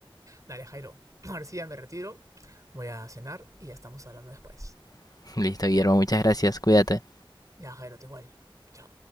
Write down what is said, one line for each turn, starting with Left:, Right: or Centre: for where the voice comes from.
Right: Dale, Jairo. <clears throat> Ahora sí ya me retiro, voy a cenar y ya estamos hablando después.
Left: <laughs> Listo, Guillermo, muchas gracias. Cuídate.
Right: Ya, Jairo, te igual. Chao.